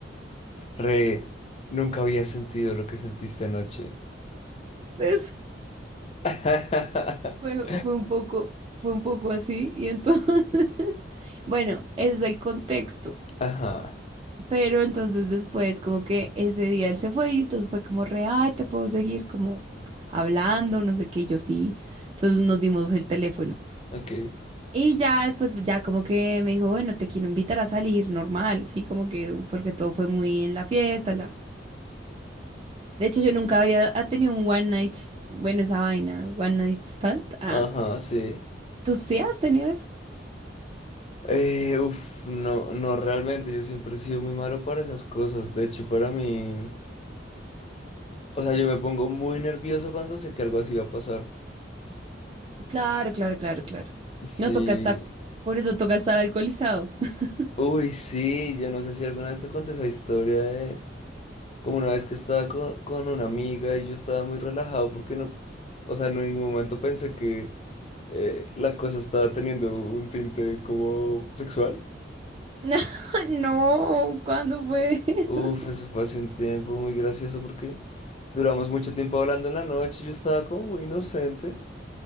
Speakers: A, on the left (about 35°); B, on the right (about 30°).
A: Re, nunca había sentido lo que sentiste anoche.
B: de eso.
A: <laughs>
B: Fue, fue un poco, fue un poco así. Y entonces, <laughs> bueno, ese es el contexto.
A: Ajá,
B: Pero entonces después, como que ese día él se fue y entonces fue como re, ay, te puedo seguir como hablando, no sé qué, y yo sí. Entonces nos dimos el teléfono.
A: ok.
B: Y ya después, pues, ya como que me dijo, bueno, te quiero invitar a salir, normal, sí, como que, porque todo fue muy en la fiesta, la... De hecho, yo nunca había ha tenido un one night, s- bueno, esa vaina, one night stand. Ah,
A: Ajá, sí.
B: ¿tú sí has tenido eso?
A: Eh, uf, no, no, realmente yo siempre he sido muy malo para esas cosas. De hecho, para mí, o sea, yo me pongo muy nervioso cuando sé que algo así va a pasar.
B: Claro, claro, claro, claro.
A: Sí,
B: No toca estar, por eso toca estar alcoholizado. <laughs>
A: Uy, sí, yo no sé si alguna vez te conté esa historia de como una vez que estaba con, con una amiga y yo estaba muy relajado porque no, o sea, en ningún momento pensé que eh, la cosa estaba teniendo un tinte como sexual.
B: No, no,
A: Sí,
B: ¿cuándo fue? <laughs>
A: Uf, eso fue hace un tiempo muy gracioso porque duramos mucho tiempo hablando en la noche y yo estaba como muy inocente.